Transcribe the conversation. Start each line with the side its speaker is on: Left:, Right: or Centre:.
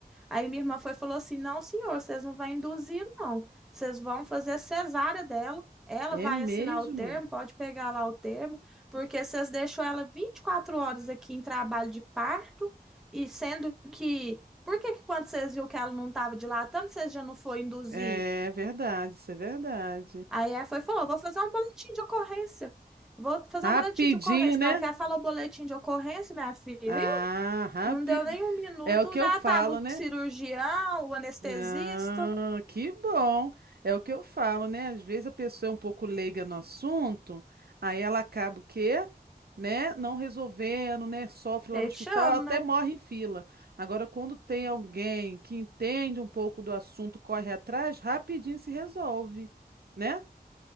Centre: Aí minha irmã foi e falou assim: Não, senhor, vocês não vão induzir, não. Vocês vão fazer a cesárea dela. Ela
Right: É
Centre: vai
Right: mesmo?
Centre: assinar o termo, pode pegar lá o termo, porque vocês deixou ela 24 horas aqui em trabalho de parto, e sendo que. Por que que quando vocês viu que ela não estava dilatando, vocês já não foi induzir?
Right: É verdade, isso é verdade.
Centre: Aí ela foi e falou: Vou fazer um boletim de ocorrência. Vou fazer
Right: Rapidinho,
Centre: um boletim de ocorrência.
Right: né?
Centre: Na hora que ela falou boletim de ocorrência, minha filha,
Right: Ah,
Centre: ih,
Right: rapidinho.
Centre: não deu nem um minuto,
Right: É o que
Centre: já
Right: eu falo,
Centre: estava o
Right: né?
Centre: cirurgião, o anestesista.
Right: Ah, que bom. É o que eu falo, né? Às vezes a pessoa é um pouco leiga no assunto, aí ela acaba o quê? Né? Não resolvendo, né? Sofre lá
Centre: Este
Right: no hospital,
Centre: ano,
Right: até
Centre: né?
Right: morre em fila. Agora, quando tem alguém que entende um pouco do assunto, corre atrás, rapidinho se resolve, né?